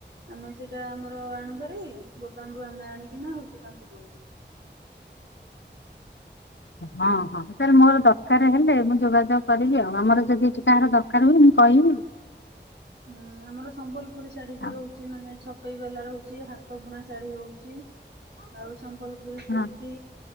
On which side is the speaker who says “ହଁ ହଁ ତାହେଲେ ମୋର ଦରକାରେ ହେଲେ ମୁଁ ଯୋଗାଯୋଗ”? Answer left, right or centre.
Left